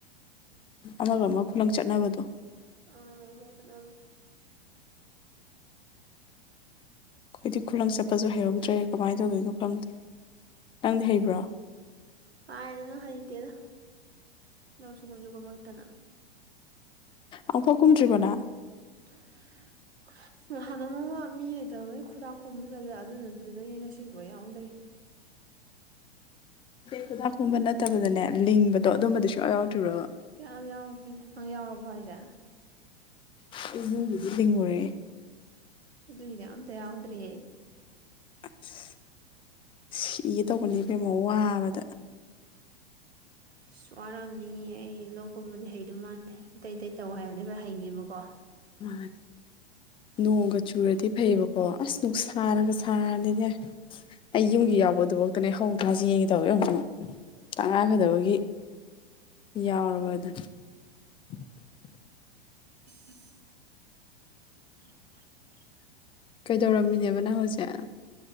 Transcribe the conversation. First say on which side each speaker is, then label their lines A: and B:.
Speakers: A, on the left; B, on the right.
A: ꯑꯃꯒ ꯑꯃ ꯈꯨꯂꯪ ꯆꯠꯅꯕꯗꯣ
B: ꯑ ꯑꯃꯨꯛꯈꯛ ꯆꯠꯅꯕꯊꯨ
A: ꯑꯩꯈꯣꯏꯗꯤ ꯈꯨꯂꯪ ꯆꯠꯄꯁꯨ ꯍꯩꯍꯧꯗ꯭ꯔꯦ ꯀꯃꯥꯏ ꯇꯧꯗꯣꯏꯅꯣ ꯈꯪꯗꯦ ꯅꯪꯗꯤ ꯍꯩꯕ꯭ꯔꯣ
B: ꯀꯥꯏꯗꯩꯅꯣ ꯍꯩꯇꯦꯅ ꯂꯧꯁꯨ ꯀꯨꯃꯁꯨ ꯀꯨꯝꯂꯛꯇꯅ
A: ꯑꯪꯐꯥꯎ ꯀꯨꯝꯗ꯭ꯔꯤꯕꯣꯅ
B: <inaudible>
A: <inaudible>
B: ꯉꯥꯍꯥꯟ ꯅꯣꯡꯃꯥ ꯃꯤ ꯂꯩꯇꯥꯕꯩ ꯈꯨꯗꯥꯛ ꯈꯣꯝꯕ ꯆꯠꯂꯦ ꯑꯗꯨꯗꯨꯗꯒꯤ ꯉꯁꯤꯐꯥꯎ ꯌꯥꯎꯗ꯭ꯔꯤ
A: ꯈꯨꯗꯥꯛꯈꯣꯝꯕ ꯅꯠꯇꯕꯗꯅꯦ ꯂꯤꯡꯕꯗꯣ ꯑꯗꯨꯝꯕꯗꯤ ꯁꯨꯡꯌꯥ ꯌꯥꯎꯗꯔꯤꯕꯔꯕꯥ
B: ꯀꯌꯥꯝ ꯌꯥꯎꯗ꯭ꯔꯤꯅ ꯅꯪ ꯌꯥꯎꯔꯕꯣ ꯍꯥꯏꯁꯦ
A: ꯑꯩ ꯌꯨꯝꯒꯤꯗꯤ ꯂꯤꯡꯉꯨꯔꯦ
B: ꯑꯗꯨꯏꯅꯦ ꯑꯃꯇꯥ ꯌꯥꯎꯗ꯭ꯔꯤꯌꯦ
A: ꯑꯁ ꯁꯤꯒꯦ ꯇꯧꯕꯅꯦ ꯏꯕꯦꯝꯃ ꯋꯥꯕꯗ <inaudible>
B: ꯑꯁ ꯋꯥꯔꯝꯅꯤ ꯑꯩ ꯂꯧꯀꯨꯝꯕꯗꯤ ꯍꯩꯗꯨ ꯃꯥꯟꯗꯦ ꯑꯇꯩ ꯑꯇꯩ ꯇꯧ ꯍꯥꯏꯕꯗꯤ ꯂꯣꯏ ꯍꯩꯅꯤꯕꯀꯣ
A: ꯃꯥꯅꯦ ꯅꯣꯡꯒ ꯆꯨꯔꯗꯤ ꯐꯩꯕꯀꯣ ꯑꯁ ꯅꯨꯡꯁꯥꯅꯥꯒ ꯁꯥꯔꯗꯤꯅꯦ ꯑꯩ ꯌꯨꯝꯒꯤ ꯌꯥꯎꯕ ꯗꯨꯕꯧꯇꯥꯅꯦ ꯍꯧ ꯊꯥ ꯆꯦꯟꯒꯦ ꯇꯧꯋꯦ ꯑꯃꯨꯛ ꯑꯃꯨꯛ ꯇꯉꯥꯏꯐꯗꯕꯒꯤ ꯌꯥꯎꯔꯕꯗꯨꯅꯤ <inaudible>
B: <inaudible>
A: ꯀꯩꯗꯧꯔꯝꯃꯤꯅꯦꯕ ꯅꯪ ꯍꯧꯖꯤꯛ